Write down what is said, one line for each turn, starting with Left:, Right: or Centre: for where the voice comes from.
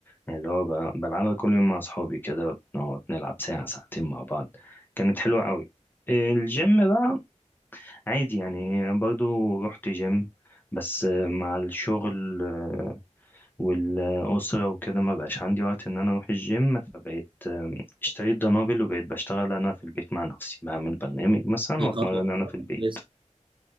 Left: يعني اللي هو ب- بلعبها كل يوم مع أصحابي كده بنقعد نلعب ساعة ساعتين مع بعض كانت حلوة قوي الجيم بقى عادي يعني برضو رحت جيم بس مع الشغل آه، والأسرة وكده ما بقاش عندي وقت إن أنا أروح الجيم فبقيت اشتريت دنابل وبقيت بشتغل أنا في البيت مع نفسي بعمل برنامج مثلا
Right: دي
Left: وأتمرن
Right: خطوه
Left: أنا في البيت
Right: كويسه